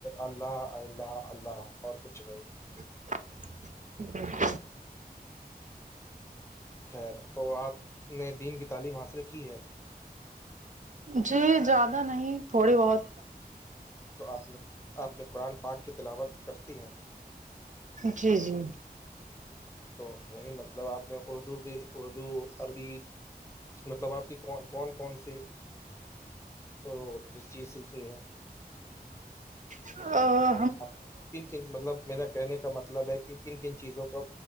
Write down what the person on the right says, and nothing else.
اٹ <unintelligible>
جی زیادہ نہیں تھوڑی بہت
جی جی
<inaudible>